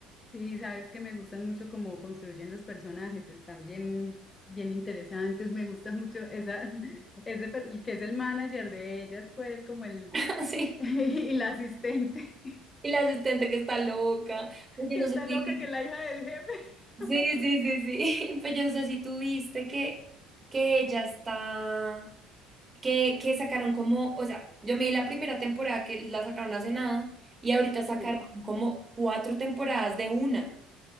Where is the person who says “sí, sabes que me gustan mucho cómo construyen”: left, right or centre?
Left